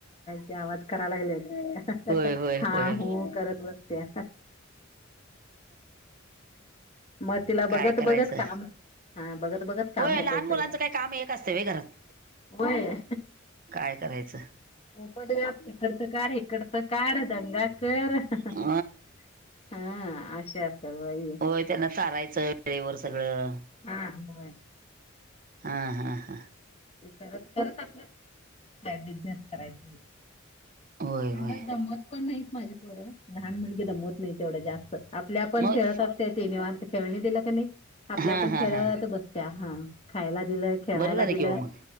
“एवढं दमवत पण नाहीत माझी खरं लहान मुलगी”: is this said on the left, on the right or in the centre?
Left